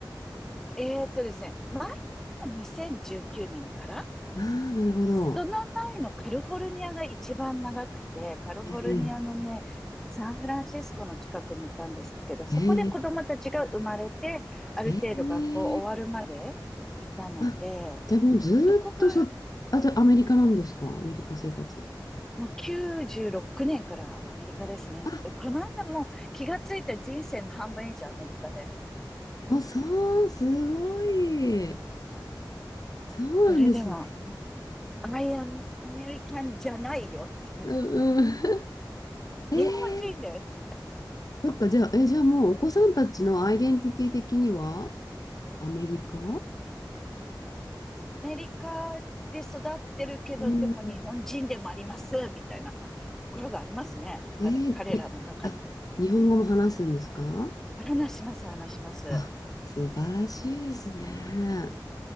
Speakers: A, in the centre; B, on the left (about 50°).
A: えーっとですね、前は2019年から
B: ああー、なるほど。
A: その前のカリフォルニアが一番長くて、カリフォルニアのね、
B: ええ
A: サンフランシスコの近くにいたんですけど、そこで子供たちが生まれて、
B: ええ
A: ある程度学校終わるまでいたので、
B: ええあ、じゃあもうずーっとそ、
A: そこが
B: あ、じゃあアメリカなんですかアメリカ生活。
A: もう96年からアメリカですね。
B: あ、
A: でこの間もう気がついた人生の半分以上アメリカで。
B: もうそう、すごい。
A: うん
B: そうなんですね。
A: それでも、I am American じゃないよっていう。
B: うんうん。<laughs> えー、
A: 日本人です。
B: そっか、じゃあ、え、じゃあもうお子さんたちのアイデンティティ的にはアメリカ
A: アメリカで育ってるけど、
B: うん。
A: でも日本人でもあります、みたいなところがありますね。彼彼らの中で。
B: えーに、あ、日本語も話すんですか
A: 話します、話します。
B: あ、素晴らしいですね。